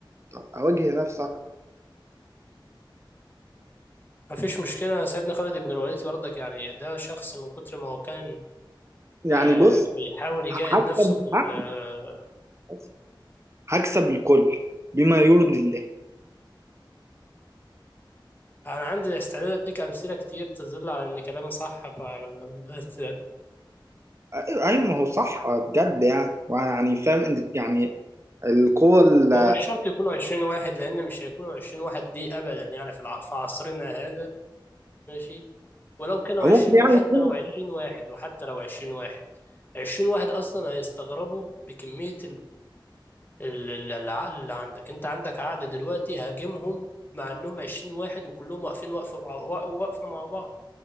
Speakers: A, on the right (about 35°); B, on the left (about 25°).
A: طب اواجه نفسي اكتر
B: مفيش مشكلة سيدنا خالد بن الوليد برضك يعني ده شخص من كتر ما هو كان
A: يعني
B: آه،
A: بص
B: بيحاول يجاهد
A: ه- هكسب
B: نفسه في ال
A: ه-
B: آه،
A: بص، هكسب الكل بما يرضي الله
B: أنا عندي استعداد أديك أمثلة كتير تدل على إن كلامي صح فأنا- بس
A: ايوه أيوة، ما هو صح بجد يعني يعني فاهم إن- يعني القوة ال
B: هو مش شرط يكونوا 20 واحد لأن مش هيكونوا 20 واحد دي أبدا يعني في الع- في عصرنا هذا ماشي ولو كانوا
A: أو ممكن
B: 20 وحتى
A: يعني يكون
B: لو 20 واحد وحتى لو 20 واحد 20 واحد أصلا هيستغربوا بكمية ال- ال- العقل اللي عندك انت عندك عقل دلوقتي هاجمهم مع انهم 20 واحد وكلهم واقفين واقفه مع- وا- واقفه مع بعض